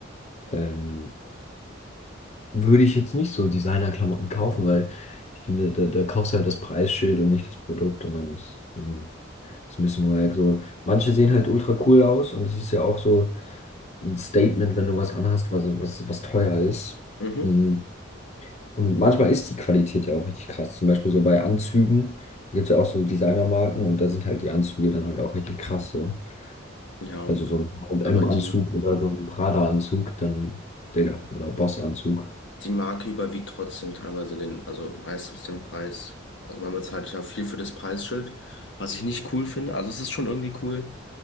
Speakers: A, on the left (about 35°); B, on the left (about 65°).
A: ähm, würde ich jetzt nicht so Designerklamotten kaufen, weil ich finde, da, da kaufst du halt das Preisschild und nicht das Produkt und dann ist, ähm, ist ein bisschen wack. So, manche sehen halt ultra cool aus und es ist ja auch so ein Statement, wenn du was anhast, was, was, was teuer ist.
B: Mhm.
A: Mhm. Und manchmal ist die Qualität ja auch richtig krass. Zum Beispiel so bei Anzügen, da gibt es ja auch so Designermarken und da sind halt die Anzüge dann halt auch richtig krass so.
B: Ja,
A: Also so ein
B: aber
A: m anzug
B: die.
A: oder so ein Prada-Anzug, dann, Digga, oder Boss-Anzug.
B: die Marke überwiegt trotzdem teilweise den, also meistens den Preis. Also man bezahlt ja viel für das Preisschild, was ich nicht cool finde. Also es ist schon irgendwie cool,